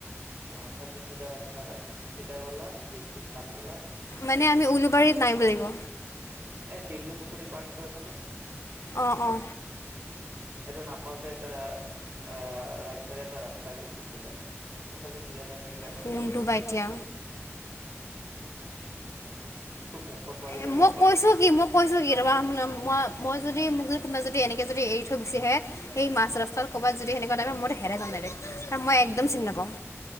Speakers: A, on the right; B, on the left.
A: অ সেফালেদি চিধা ৰাস্তা, চিধা গলা ব্ৰীজটোত নামি গলা।
B: মানে আমি উলুবাৰীত
A: নামি গৈ
B: নামিব লাগিব।
A: এই দীঘলী পুখুৰী পাৰ্কটো আছে ন।
B: অ অ।
A: সেইটো নাপাওঁতে এটা আহ ৰাইট চাইদে এটা ৰাস্তা গৈছে চিধা। এইফালে চিধা যাই থাকিলে হ'ল
B: কোনটো বা এতিয়া।
A: মেপত মাৰিলে
B: এ মই
A: গম পাবা
B: কৈছো কি, মই কৈছো কি। মই-মই যদি মোক যদি কোনোবা যদি এনেকে যদি এৰি থৈ গুচি আহে, সেই মাজ ৰাস্তাত ক'ৰবাত যদি <unintelligible> মইতো হেৰাই যাম ডাইৰেক্ট। মই একদম চিনি নাপাওঁ।